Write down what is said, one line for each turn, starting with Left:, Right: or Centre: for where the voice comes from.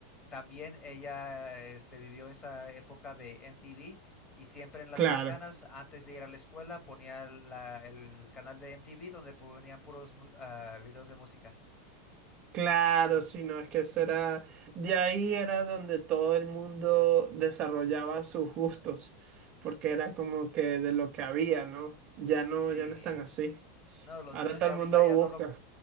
Left: También ella, este, vivió esa época de MTV y siempre en las
Right: claro,
Left: mañanas, antes de ir a la escuela, ponía la- el canal de MTV donde ponían puros mu- ah, videos de música.
Right: claro, sí, no, es que eso era, de ahí era donde todo el mundo desarrollaba sus gustos, porque
Left: S-
Right: era como que de lo que había, ¿no? Ya no,
Left: Sí.
Right: ya no están así.
Left: No, los
Right: Ahora
Left: niños
Right: todo
Left: ya
Right: el
Left: ahorita
Right: mundo
Left: ya
Right: busca.
Left: no lo,